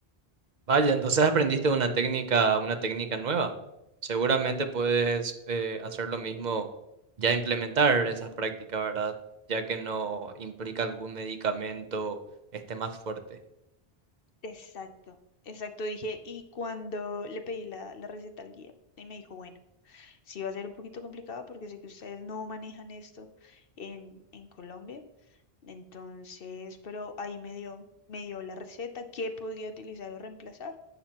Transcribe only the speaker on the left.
Exacto, exacto, dije, y cuando le pedí la, la receta al guía, y me dijo, bueno, sí va a ser un poquito complicado porque sé que ustedes no manejan esto en, en Colombia, entonces, pero ahí me dio, me dio la receta, qué podría utilizar o reemplazar,